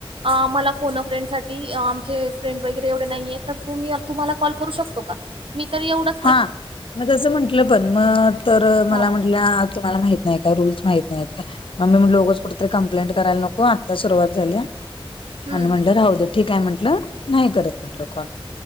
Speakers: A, on the right (about 70°); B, on the left (about 65°).
A: अं मला फोन अ फ्रेंड साठी आमचे फ्रेंड वगैरे एवढे नाहीयेत तर तुम्हीं तुम्हांला कॉल करू शकतो का? मी तर एवढं
B: हा मग तसं म्हंटलं पण मग तर मला
A: हा
B: म्हटल्या तुम्हांला माहित नाही हाय काय, रूल्स माहीत नाहीयात का? मग मी म्हणलं उगच कुठंतर तर कंप्लेंट करायला नको आत्ता सुरुवात झाल्या,
A: हम्म
B: आणि म्हंटलं राहू दे. ठीक आहे म्हंटलं, नाही करत म्हटलं कॉल